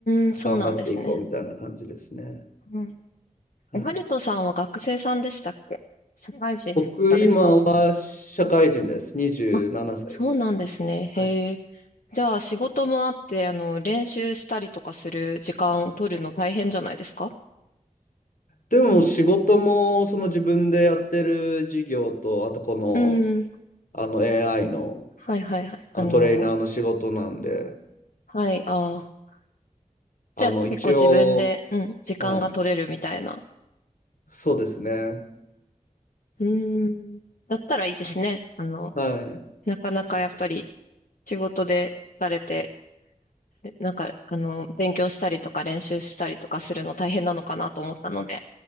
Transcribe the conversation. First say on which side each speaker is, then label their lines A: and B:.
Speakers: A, on the left; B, on the left.
A: うーん、そうなんですね。
B: 頑張っていこうみたいな感じですね。
A: うん。
B: はい、
A: え、ハルトさんは学生さんでしたっけ社会人の方ですか
B: 僕今は社会人です。27歳です。
A: あ、そうなんですね。
B: はい。
A: へえ。じゃあ、仕事もあって、あの、練習したりとかする時間取るの大変じゃないですか
B: でも仕事もその自分でやってる事業と、あとこの、
A: うん。
B: あの AI の、
A: はい、はい、はい。
B: あのトレーナーの仕事なんで、
A: あの、はい、ああ。
B: あの一応
A: じゃあ、結構自分で、うん、時間が取れるみたいな。
B: はい。そうですね。
A: うん。だったらいいですね。あの、
B: はい。
A: なかなかやっぱり仕事で疲れて、なんか、あの、勉強したりとか練習したりとかするの大変なのかなと思ったので、